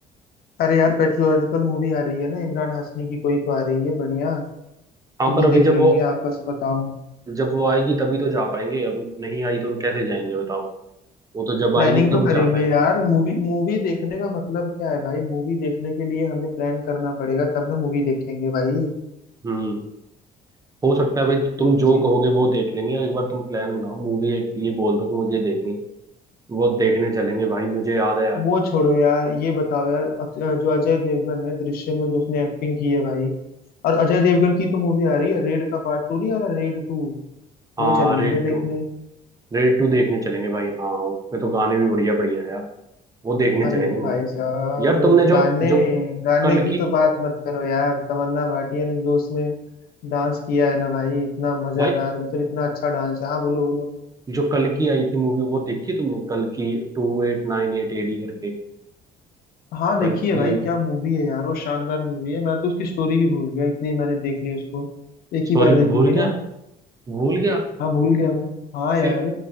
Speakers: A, on the left (about 65°); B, on the right (about 20°).
A: अरे यार पेट्रियोटिकल मूवी आ रही है ना इमरान हाशमी की कोई तो आ रही है बढ़िया तो
B: हाँ पर
A: वो
B: अभी
A: देख
B: जब वो
A: लेंगे आपस बताओ
B: जब वो आएगी तभी तो जा पाएंगे अब नहीं आई तो कैसे जाएंगे बताओ वो तो जब
A: प्लानिंग
B: आएगी तब
A: तो करेंगे
B: जा पाएंगे
A: यार मूवी मूवी देखने का मतलब क्या है भाई मूवी देखने के लिए हमें प्लान करना पड़ेगा तब ना मूवी देखेंगे भाई
B: हम्म हो सकता है भाई तुम
A: वही
B: जो
A: चीज
B: कहोगे
A: है
B: वो देख लेंगे एक बार तुम प्लान बनाओ मूवी एक ये बोल दो कि मुझे देखनी है वो देखने चलेंगे भाई मुझे याद है यार
A: वो छोड़ो यार ये बताओ यार अक- जो अजय देवगन है दृश्यम में जो उसने एक्टिंग की है भाई और अजय देवगन की तो मूवी आ रही है रेड का पार्ट टू नहीं आ रहा रेड टू
B: हाँ
A: वो चलेंगे
B: रेड
A: देखने
B: टू रेड टू देखने चलेंगे भाई हाँ उसमें तो गाने भी बढ़िया बढ़िया हैं यार वो देखने
A: अरे
B: चलेंगे वो
A: भाई साहब
B: यार तुमने जो
A: गाने
B: जो
A: गाने
B: कल
A: की
B: की
A: तो बात मत करो यार तमन्ना भाटिया ने जो उसमें डांस किया है ना भाई इतना मजेदार
B: भाई
A: मतलब इतना अच्छा डांस है हाँ बोलो बोलो
B: जो कल की आई थी मूवी वो देखी तुमने कल की two eight nine eight AD करके
A: हाँ
B: कल
A: देखिए
B: की
A: भाई क्या मूवी है यार वो शानदार मूवी है मैं तो उसकी स्टोरी भी भूल गया इतनी मैंने देख ली उसको एक
B: स्टोरी
A: ही बार देखी
B: भूल
A: थी
B: गया
A: ना
B: भूल गया
A: हाँ भूल गया मैं हाँ यार
B: फिर